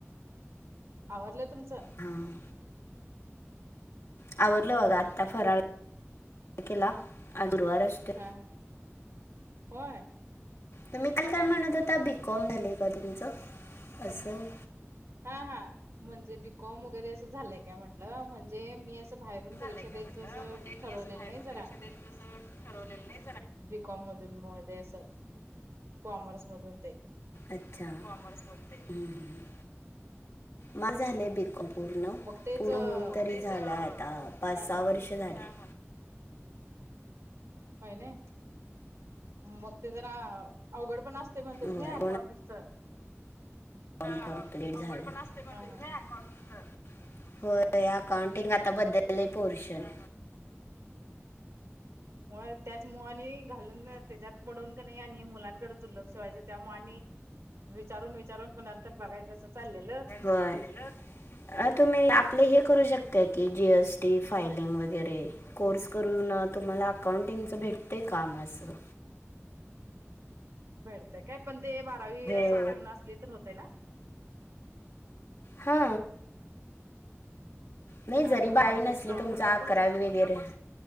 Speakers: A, on the right (about 75°); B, on the left (about 65°).
A: आवरलं तुमचं
B: हां आवरलं बघा आता फराळ केला आज गुरुवार असतोय
A: हा हा होय
B: तर मी काल काय म्हणत होता बीकॉम झालंय आहे का तुमचं असं
A: हा हा म्हणजे बीकॉम वगैरे असं झालंय काय म्हंटलं म्हणजे मी असं बाहेरून परीक्षा
B: झालंय काय
A: द्यायचं
B: म्हंटलं
A: असं
B: म्हणजे
A: ठरवलेलं
B: मी असं बाहेरून
A: नाही जरा
B: परीक्षा द्यायचं असं ठरवलेलं नाही
A: बीकॉम मधून मध्ये असं कॉमर्स मधून ते
B: अच्छा हम्म ह् मा झालंय बीकॉम पूर्ण
A: मग तेच
B: पूर्ण
A: हा
B: होऊन तरी झाला आता पाच सहा
A: हा
B: वर्ष झाली
A: होय नाही मग ते जरा अवघड पण अस म्हणतेस
B: होय
A: ना अकाउंटिंगचं
B: <inaudible> असतंय म्हणते
A: हा
B: ना
A: हा
B: अकाउंटिंगच होय अकाउंटिंग आता बदलंय पोर्शन
A: म त्याचमुळं आणि घालून त्याच्यात बूडून का नाही आणि मुलांकडे दुर्लक्ष व्हायचं त्यामुळं आणि विचारून विचारून पुन्हा तर बघायचं असं चाललेलं
B: होय. अ तुम्ही आपले हे करू शकताय की जीएसटी फायलिंग वगैरे कोर्स करून तुम्हाला अकाउंटिंगचं भेटतेय काम असं
A: भेटतंय काय पण ते बारावी असं
B: हो.
A: पूर्ण असली तर होतय ना
B: हा नाही
A: हा
B: जरी
A: हा
B: बारावी
A: म्हणजे
B: नसली
A: कुठला
B: तुमचं अकरावी
A: कोर्स असतो
B: वगैरे
A: तो